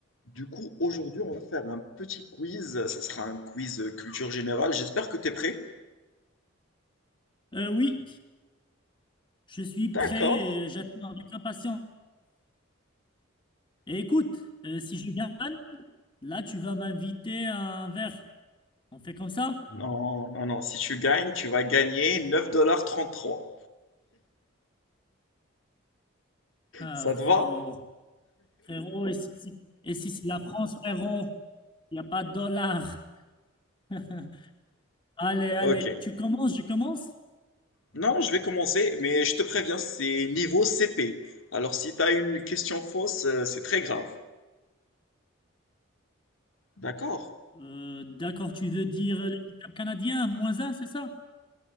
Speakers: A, on the left (about 75°); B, on the left (about 25°).
A: Du coup, aujourd'hui, on va faire un petit quiz. Ça sera un quiz euh, culture générale. J'espère que tu es prêt.
B: Euh, oui, je suis
A: D'accord.
B: prêt, euh, j'attends avec impatience. Et écoute, euh, si je gagne, là tu vas m'inviter à un verre. On fait comme ça?
A: Non, non, non. Si tu gagnes, tu vas gagner 9,33$.
B: Ah,
A: Ça te
B: frérot,
A: va?
B: frérot, et si, si- et si c'est la France, frérot, il n'y a pas de dollars. <laughs> Allez, allez,
A: Ok.
B: tu commences, je commence.
A: Non, je vais commencer, mais je te préviens, c'est niveau CP. Alors, si tu as une question fausse, euh, c'est très grave. D'accord.
B: Euh, d'accord, tu veux dire euh, l'équipe canadien, moins un, c'est ça?